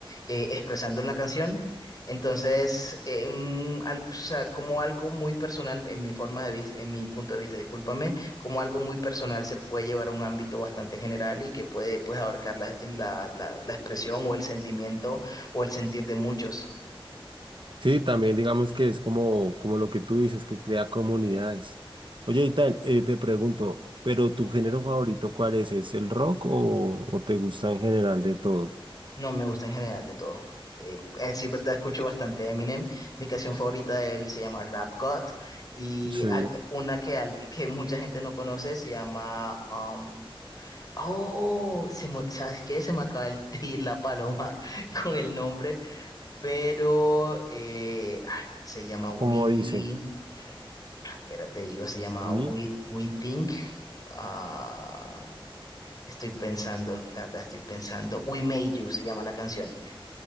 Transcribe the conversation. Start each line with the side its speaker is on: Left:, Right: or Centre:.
Left: eh, expresando en la canción. Entonces, em, al- o sea, como algo muy personal, en mi forma de vista, en mi punto de vista, discúlpame, como algo muy personal se puede llevar a un ámbito bastante general y que puede, pues, abarcar la, la la- la expresión o el sentimiento o el sentir de muchos.
Right: Sí, también digamos que es como, como lo que tú dices, que crea comunidades. Oye, Itán, eh, te pregunto, ¿pero tu género favorito cuál es? ¿Es el rock o, o te gusta en general de todo?
Left: No me gusta en general de todo. Eh, eh, sí, verdad, escucho bastante Eminem. Mi canción favorita de él se llama Rap God y
Right: Sí.
Left: al- una que, algui- que mucha gente no conoce se llama... um, oh, se me- ¿sabes qué? Se me acaba de ir la paloma <laughs> con el nombre, pero eh, ay, se llama
Right: Como
Left: We...
Right: dice?
Left: Espérate, digo, se llama
Right: Uy,
Left: We, We Think. ah, Estoy pensando, la verdad estoy pensando. We Made You se llama la canción.